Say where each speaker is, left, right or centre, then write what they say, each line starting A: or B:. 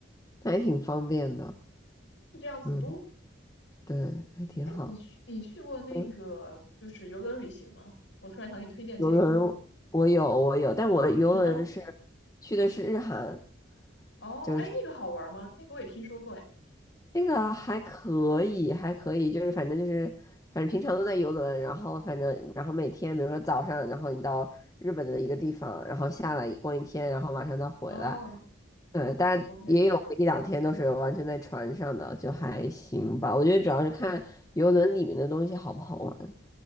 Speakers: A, on the left; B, on the left.
A: 那还挺方便的，
B: 是这样子。
A: 嗯，
B: 都
A: 对，还挺好。
B: 哎，你去你去过那个就是游轮旅行吗？
A: 嗯，
B: 我突然想给你推荐这个。
A: 游轮我有我有，但我游轮是
B: 嗯哦
A: 去的是日韩，
B: 哦，
A: 就是。
B: 哎，那个好玩吗？那个我也听说过哎。
A: 那个还可以，还可以，就是反正就是，反正平常都在游轮，然后反正然后每天，比如说早上，然后你到日本的一个地方，然后下来逛一天，然后晚上再回来。
B: 哦
A: 对，但也有一两天都是完全在船上的，
B: ，OK，
A: 就还行吧。我觉得主要是看游轮里面的东西好不好玩。